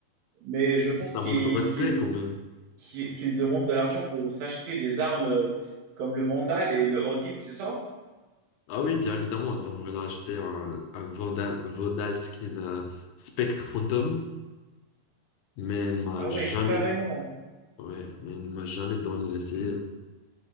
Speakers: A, on the right; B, on the left.
A: Mais je
B: Si
A: pense
B: ça
A: qu'il
B: manque de respect,
A: qu'il
B: quand même.
A: qu'il qu'il demande de l'argent pour s'acheter des armes euh, comme le Vandal et le Odin, c'est ça?
B: Ah oui, bien évidemment. Donc, j'aurais là acheté un, un Vonda- Vonal Skin euh, Spectre Phantom, mais elle m'a
A: Ah ouais,
B: jamais,
A: carrément.
B: ouais, mais elle m'a jamais donné l'essayer.